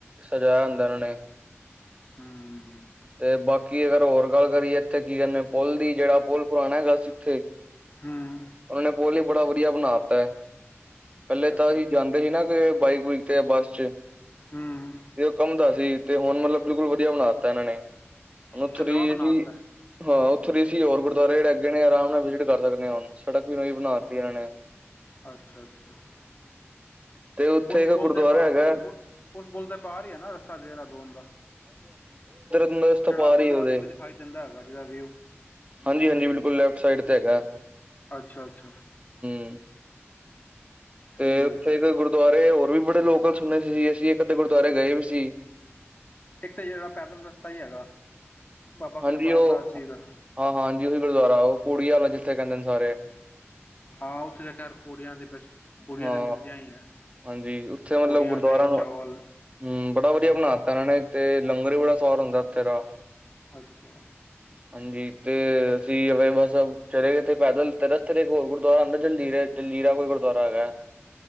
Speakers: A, on the right; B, on the left.
A: ਸਜਾਇਆ ਹੁੰਦਾ ਏਨਾਂ ਨੇਂ।
B: ਹਂ
A: ਤੇ ਬਾਕੀ ਅਗਰ ਹੋਰ ਗੱਲ ਕਰੀਏ ਏਥੇ ਕੀ ਕੈਨੇ ਆ ਪੁੱਲ ਦੀ, ਜੇੜਾ ਪੁੱਲ ਪੁਰਾਣਾ ਹੈਗਾ ਸੀ ਇੱਥੇ
B: ਹੂੰ
A: ਓਨਾਂ ਨੇ ਪੁੱਲ ਈ ਬੜਾ ਵਧੀਆ ਬਣਾ ਤੈ। ਪੈਲੇ
B: ਅੱਛਾ
A: ਤਾ ਅਸੀਂ ਜਾਂਦੇ ਹੀ ਨਾਂ ਕਿ ਬਾਈਕ, ਬੁਈਕ ਤੇ ਯਾ ਬੱਸ ਚ
B: ਹੂੰ
A: ਤੇ ਓ ਕਾਮਦਾ ਸੀ। ਤੇ ਹੁਨ ਮਤਲਬ ਬਿਲਕੁਲ ਵਡੀਆ ਬਨਾਂ ਤੈ ਏਣਾ ਨੇਂ। ਹੁਨ ਔਥੋ
B: ਅੱਛਾ
A: ਦੀ
B: ਨਵਾਂ
A: ਏ
B: ਬਣਾ
A: ਐਜੀ,
B: ਤਾ
A: ਹਾਂ ਔਥੋ ਦੇ ਅਸੀਂ ਹੋਰ ਗੁਰਦੁਆਰੇ ਜੇੜੇ ਅਗੇ ਨੇ ਆਰਾਮ ਨਾਂ ਵਿਜੀ ਕੀ ਕਰ ਸਕਨੇ ਆ ਹੁਨ। ਸੜਕ ਵੀ ਨਵੀਂ ਬਨਾ ਤੀ ਏਨਾਂ ਨੇਂ।
B: ਅੱਛਾ ਅੱਛਾ ਅੱਛਾ ਅੱਛਾ,
A: ਤੇ ਉੱਥੇ
B: ਉਸ
A: ਇੱਕ
B: ਪੁਲ
A: ਗੁਰਦੁਆਰਾ
B: ਦੇ ਪਾ,
A: ਹੈਗਾ
B: ਉਸ ਪੁ, ਉਸ ਪੁਲ ਦੇ ਪਾਰ ਹੀ ਏਨਾ ਰਸਤਾ ਦੇਰਾਦੂਨ ਦਾ।
A: ਰਸਥਾ
B: ਜਿਹੜਾ
A: ਪਾਰ ਹੀ
B: ਗੁਰਦੁਆਰਿਆਂ
A: ਔਦੇ।
B: ਵੀ ਦਿਖਾਈ ਦਿੰਦਾ ਹੈਗਾ ਜਿਹਦਾ ਵਿਊ
A: ਹਾਂਜੀ, ਹਾਂਜੀ ਬਿਲਕੁਲ ਲੈਫਟ ਸਾਈਡ ਤੇ ਹੈਗੈ, ਹਂ।
B: ਅੱਛਾ ਅੱਛਾ
A: ਹਂ ਤੇ,
B: ਠੀਕ
A: ਉੱਥੇ
B: ਹੈ
A: ਇੱਕ ਗੁਰਦੁਆਰੇ ਹੋਰ ਵੀ ਬੜੇ ਲੋਕਲ ਸੁਨੇ ਸੀ ਅਸੀ ਏ ਅੱਧੇ ਗੁਰਦੁਆਰੇ ਗਏ ਵੀ ਸੀ।
B: ਇੱਕ ਤੇ ਜੇੜਾ ਪੈਦਲ ਰਸਤਾ ਈ ਹੈਗਾ। ਬਾਬਾ
A: ਹਾਂਜੀ,
B: ਕਿਰਪਾਲ
A: ਓ,
B: ਦਾਸ
A: ਹਾਂ,
B: ਜੀ ਦਾ
A: ਹਾਂ ਹਾਂਜੀ ਓਈ ਗੁਰਦੁਆਰਾ ਓ ਪੋੜੀ ਆਲਾ ਜਿੱਥੇ ਕੈਂਦੇ ਨੇ ਸਾਰੇ
B: ਹਾਂ, ਉੱਥੇ ਤੇ ਖੈਰ ਪੂੜੀਆਂ ਦੇ, <unintelligible> ਪੂੜੀਆਂ
A: ਹਾਂ
B: ਤੇ ਮਿਲਦੀਆਂ ਈ ਐ।
A: ਹਾਂਜੀ ਉੱਥੇ
B: ਪੂੜੀਆਂ,
A: ਮਤਲਬ ਗੁਰਦੁਆਰਾ
B: ਦਈਂ,
A: ਨੂੰ
B: ਚਾਵਲ
A: ਹੂੰ, ਬੜਾ ਵਧੀਆ
B: ਹਰ
A: ਬਣਾਤਾ
B: ਚੀਜ਼।
A: ਇਹਨਾਂ ਨੇ ਤੇ ਲੰਗਰ ਵੀ ਬੜਾ ਸਵਾਦ ਹੁੰਦੈ ਓਥੇ ਦਾ।
B: ਅੱਛਾ।
A: ਹਾਂਜੀ, ਤੇ ਅਸੀ ਗਏ ਬਸ ਚਲੇ ਗਏ, ਤੇ ਪੈਦਲ ਤੇ ਰਸਤੇ ਤੇ ਇੱਕ ਹੋਰ ਗੁਰਦੁਆਰਾ ਆਂਦੈ, ਜਲਜੀਰੇ, ਜਲਜੀਰਾ ਕੋਈ ਗੁਰਦੁਆਰਾ ਹੈਗੈ।